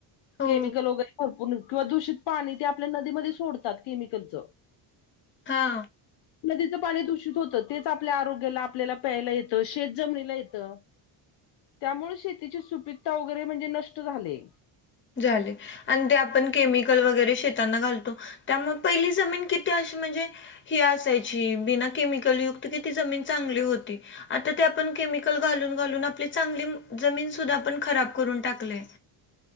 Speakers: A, on the left; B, on the left.
A: हो
B: केमिकल वगैरे भरपूर किंवा दूषित पाणी ते आपल्या नदीमध्ये सोडतात केमिकलचं.
A: हा.
B: नदीचं पाणी दूषित होतं. तेच आपल्या आरोग्याला, आपल्याला प्यायला येतं. शेत जमनीला येतं. त्यामुळं शेतीची सुपीकता वगैरे म्हणजे नष्ट झालेय
A: झाले आणि ते आपण केमि कल वगैरे शेतांना घालतो, त्यामुळे पहिली जमीन किती अशी म्हणजे ही असायची. बिना केमिकलयुक्त किती जमीन चांगली होती. आता ते आपण केमिकल घालून घालून, आपली चांगली जमीन सुद्धा आपण खराब करून टाकलीय.